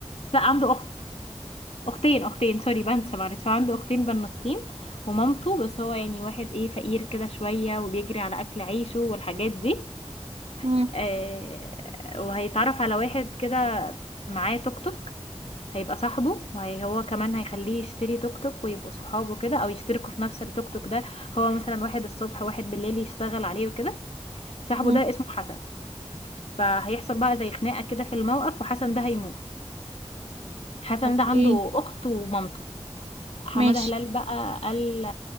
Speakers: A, on the left; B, on the right.
A: لا عنده اخت اختين اختين سوري بنسى معلش هو عنده اختين بنوتين ومامته بس هو يعني واحد ايه فقير كده شوية وبيجري على اكل عيشه والحاجات دي
B: مم.
A: آه وهيتعرف على واحد كده معاه توك توك هيبقى صاحبه وهي هو كمان هيخليه يشتري توك توك ويبقوا صحابه كده او يشتركوا في نفس التوك توك ده هو مثلا واحد الصبح واحد بالليل يشتغل عليه وكده صاحبه
B: مم.
A: ده اسمه حسن فهيحصل بقى زي خناقة كده في الموقف وحسن ده هيموت حسن
B: اوكي
A: ده عنده اخت ومامته حمادة
B: ماشي
A: هلال بقى قال